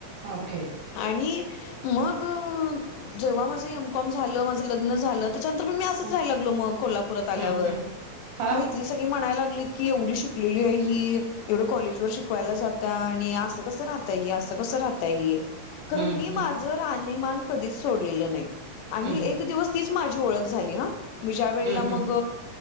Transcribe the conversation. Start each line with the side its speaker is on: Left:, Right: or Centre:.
Right: ओके
Left: आणि मग. जेव्हा माझं एमकॉम झालं. माझं लग्न झालं. त्याच्यानंतर मी
Right: हम्म,
Left: असंच राहायला लागलो मग. कोल्हापुरात आल्यावर.
Right: हम्म, हम्म. हा
Left: मग हितली सगळी म्हणायला लागलीत. की एवढी शिकलेली आहे ही. एवढं कॉलेज वर शिकवायला जाता आणि असं कसं राहता अस. कसं राहता ही. खरं
Right: हम्म, हम्म,
Left: मी माझं राहणीमान कधीच सोडलेलं नाही. आणि
Right: हम्म, हम्म,
Left: एक दिवस तीच माझी ओळख झाली हं. मी ज्या वेळेला
Right: हम्म,
Left: मग.
Right: हम्म,